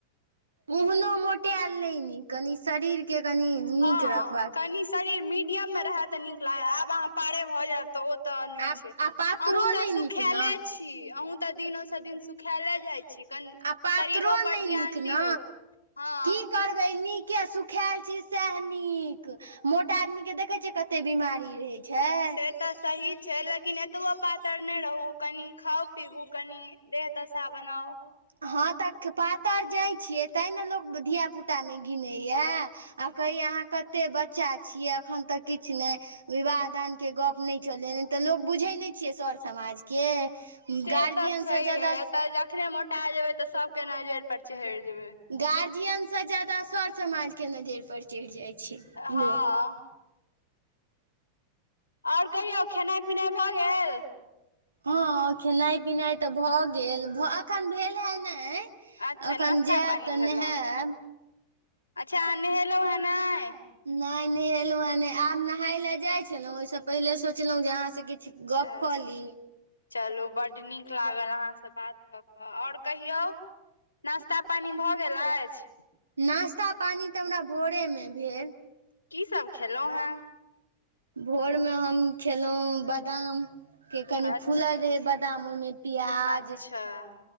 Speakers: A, on the right; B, on the left.
A: ओहनो मोटायल नहि नीक कनि शरीर के कनि नीक
B: हँ
A: रखबाक
B: कनि शरीर मीडियम मे रहय तऽ नीक लागे आब अहाँ पारे भऽ जायत तऽ ओ तऽ नहि
A: आब
B: छै
A: आ पातरो
B: अहुूँ तऽ
A: नहि
B: सुखाले
A: नीक ने
B: छी छी अहुँ तऽ दिनो से दिन सुखायले जाय छी कनि
A: आ पात्रो
B: शरीरो पर
A: नहि
B: ध्यान
A: नीक न
B: दियौ हँ
A: की करबै बै नीके सुखायल छी सएह नीक मोटा आदमी के देखै छी कते बीमारी रहे छै
B: से तऽ सही छै लेकिन एतबो पातर नहि रहू कनि खाउ पीबू कनि देह दशा बनाओ
A: हँ तऽ पातरि जाइत छियै तैँ ने लोक धियापुतामे गिनैएा आ कहियै अहाँ कते बच्चा छियै एखन तऽ किछु नहि विवाह दानके गप्प नहि चलैया नही तऽ लोक बुझैत नहि छियै सर समाजके
B: से
A: गार्जियनसँ
B: तऽ छैहे
A: ज्यादा
B: एतऽ जखने मोटा जेबै तऽ सबके नजरि पर चहरि जेबै
A: गार्जियन सँ ज्यादा सर समाजके नजरि पर चढ़ि जाइत छै लोक
B: हँ आओर कहियौ खेनाइ पिनाइ भऽ गेल
A: हँ खेनाइ पिनाइ तऽ भऽ गेल अखन भेल हे नहि
B: अच्छा
A: अखन
B: नाश्ता
A: जायब
B: पानी
A: तऽ
B: भेलौ
A: नहायब
B: अच्छा नहेलौ है नहि
A: नहि न नहेलौ हुँ हेँ नहि आब नहाय लए जाय छलहुं ओहिसँ पहिले सोचलहुं जे किछु
B: अच्छा
A: गप कऽ ली
B: चलू बड्ड नीक लागल अहाँ से बात कऽ के आ और कहियौ नास्ता पानी भऽ गेल अछि
A: नास्ता पानी तऽ हमरा भोरे मे भेल
B: की सब खेलहुॅं हैं
A: भोरमे हम खेलहुँ बादाम के कनि
B: अच्छा
A: फूल दे बादाम ओहिमे प्याज
B: अच्छा